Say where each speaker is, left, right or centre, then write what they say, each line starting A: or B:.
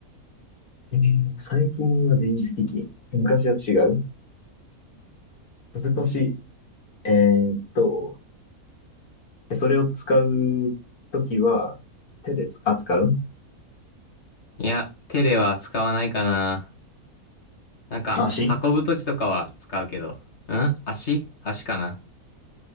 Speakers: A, on the left (about 75°); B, on the left (about 45°).
A: えー最近は電子機器。昔は違う難しい。えーっと、それを使うときは、手でつ、扱う
B: いや、テレは使わないかな。なんか、
A: 足
B: 運ぶときとかは使うけど。うん足足かな。